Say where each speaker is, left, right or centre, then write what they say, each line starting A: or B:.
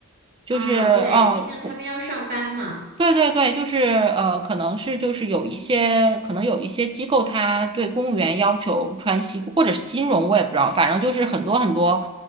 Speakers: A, on the right; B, on the right.
A: 就是哦，
B: 啊，对，毕竟他们要上班嘛，
A: 呃对对对，就是呃，可能是就是有一些，可能有一些机构，它对公务员要求穿西，或者是金融，我也不知道，反正就是很多很多，